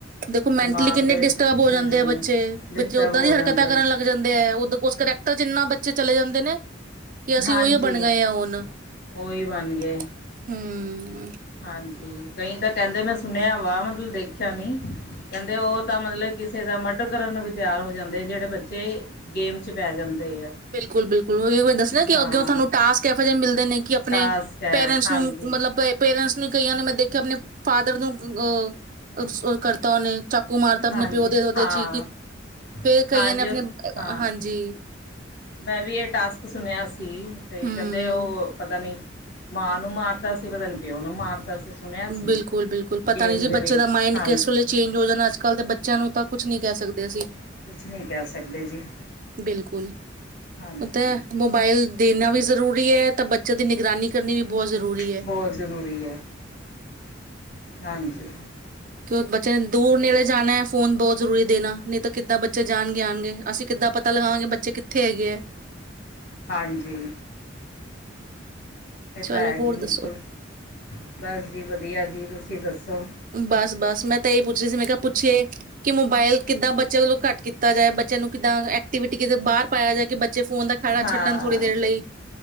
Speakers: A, on the right; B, on the left.
A: ਦੇਖੋ ਮੈਂਟਲੀ
B: ਦਿਮਾਗ
A: ਕਿੰਨੇ
B: ਦੇ
A: ਡਿਸਟਰਬ ਹੋ
B: ਹੂੰ
A: ਜਾਂਦੇ ਆ ਬੱਚੇ
B: ਡਿਸਟਰਬ
A: ਬੇ ਓਦਾਂ
B: ਹੋ
A: ਦੀ ਹਰਕਤਾਂ
B: ਜਾਂਦੇ
A: ਕਰਨ ਲੱਗ ਜਾਂਦੇ ਹੈ ਉ ਉਸ ਕਰੈਕਟਰ ਜਿੰਨਾ ਬੱਚਾ ਪੇ ਚਲੇ ਜਾਂਦੇ ਨੇ ਕਿ ਅਸੀਂ
B: ਹਾਂਜੀ
A: ਉਹੀਓ ਬਣ ਗਏ ਹਾਂ ਹੁਣ ਹਮ
B: ਉਹੀ ਬਣ ਗਏ
A: <unintelligible> ਹੁੂੰ
B: ਹਾਂਜੀ ਕਈ ਤਾਂ ਕਹਿੰਦੇ ਮੈਂ ਸੁਣਿਆ ਵਾ ਮਤ ਦੇਖਿਆ ਨੀ ਕਹਿੰਦੇ ਉਹ ਤਾਂ ਮਤਲਬ ਕਿਸੇ ਦਾ ਮਡਰ ਕਰਨ ਨੂੰ ਵੀ ਤਿਆਰ ਹੋ ਜਾਂਦੇ ਜਿਹੜੇ ਬੱਚੇ ਗੇਮ ਚ ਪੈ ਜਾਂਦੇ ਆ
A: ਬਿਲਕੁਲ ਬਿਲਕੁਲ ਮ ਦੱਸ ਕਿ
B: ਹਾਂ
A: ਅੱਗੇ ਤੁਹਾਨੂੰ ਟਾਸਕ ਇਹੋ ਜਿਹੇ ਮਿਲਦੇ ਨੇ ਕਿ ਆਪਣੇ
B: ਟਾਸਕ ਹੈ
A: ਪੇਰੈਂਟਸ
B: ਹਾਂਜੀ
A: ਨੂੰ ਮਤਲਬ ਪੇਰੈਂਟਸ ਕਈਆਂ ਨੇ ਮੈਂ ਦੇਖਿਆ ਆਪਣੇ ਫਾਦਰ ਨੂੰ ਅ ਉਹ ਕਰਤਾ ਉਹਨੇ ਚਾਕੂ ਮਾਰਤਾ ਆਪਣੇ
B: ਹਾਂਜੀ
A: ਪਿਓ ਦੇ ਉਹਦੇ
B: ਹਾਂ
A: ਚ ਹੀ ਫੇਰ ਕਈਆਂ
B: ਹਾਂਜੀ
A: ਨੇ ਆਪਣੇ
B: ਹਾਂ
A: ਹਾਂਜੀ
B: ਮੈਂ ਵੀ ਇਹ ਟਾਸਕ ਸੁਣਿਆ ਸੀ ਸੀ ਤੇ
A: ਹੂੰ
B: ਕਹਿੰਦੇ ਉਹ ਪਤਾ ਨੀ ਮਾਂ ਨੂੰ ਮਾਰਦਾ ਸੀ ਪਤਾ ਨ ਪਿਓ ਨੂੰ ਮਾਰਦਾ ਸੀ ਸੁਣਿਆ ਸੀ
A: ਬਿਲਕੁਲ ਬਿਲਕੁਲ ਪਤਾ
B: ਗੇਮ
A: ਨੀ ਜੀ
B: ਦੇ
A: ਬੱਚੇ
B: ਵਿੱਚ
A: ਦਾ ਮਾਈੰਡ
B: ਹਾਂਜੀ
A: ਕਿਸ ਵੇਲੇ ਚੇਂਜ ਹੋ ਜਾਣਾ ਅੱਜ ਕਲ ਦੇ ਬੱਚਿਆਂ ਨੂੰ ਤਾਂ ਕੁੱਛ ਨੀ ਕਹਿ ਸਕਦੇ ਅਸੀਂ
B: ਕੁਛ ਨਹੀਂ ਕਰ ਸਕਦੇ ਜੀ
A: ਬਿਲਕੁਲ
B: ਹਾਂਜੀ
A: ਉਹ ਤਾਂ ਮੋਬਾਇਲ ਦੇਣਾ ਵੀ ਜ਼ਰੂਰੀ ਹੈ ਤਾਂ ਬੱਚਿਆਂ ਦੀ ਨਿਗਰਾਨੀ ਕਰਨੀ ਵੀ ਬਹੁਤ ਜ਼ਰੂਰੀ ਹੈ
B: ਬਹੁਤ ਜ਼ਰੂਰੀ ਹੈ ਹਾਂਜੀ
A: ਕਿਉ ਬੱਚੇ ਨੇ ਦੂਰ ਨੇੜੇ ਜਾਣਾ ਹੈ ਫੋਨ ਬਹੁਤ ਜ਼ਰੂਰੀ ਦੇਣਾ ਨਹੀਂ ਤਾਂ ਕਿੱਦਾਂ ਬੱਚੇ ਜਾਣਗੇ ਆਉਣਗੇ ਅਸੀਂ ਕਿੱਦਾਂ ਪਤਾ ਲਗਾਵਾਂਗੇ ਬੱਚੇ ਕਿੱਥੇ ਹੈਗੇ ਹੈ
B: ਹਾਂਜੀ ਇਹ
A: ਚਲੋ
B: ਤਾਂ ਹੈ
A: ਹੋਰ
B: ਜੀ ਬਿਲਕੁਲ
A: ਦੱਸੋ
B: ਬਸ ਜੀ ਵਧੀਆ ਜੀ ਤੁਸੀਂ ਦੱਸੋ
A: ਬਸ ਬਸ ਮੈਂ ਹੀ ਪੁੱਛ ਰਹੀ ਸੀ ਮੈਂ ਕਿਹਾ ਪੁੱਛੀਏ ਕਿ ਮੋਬਾਇਲ ਕਿੱਦਾਂ ਬ ਬੱਚਿਆਂ ਵੱਲੋਂ ਘੱਟ ਕੀਤਾ ਜਾਏ ਬੱਚੇ ਨੂੰ ਕਿੱਦਾਂ ਐਕਟੀਵਿਟੀ ਕਿਤੇ ਬਾਹਰ ਪਾਇਆ ਜਾ ਕੇ ਬੱਚੇ ਫੋਨ ਦਾ ਖੜਾ
B: ਹਾਂ
A: ਛੱਡਣ ਥੋੜੀ ਦੇਰ ਲਈ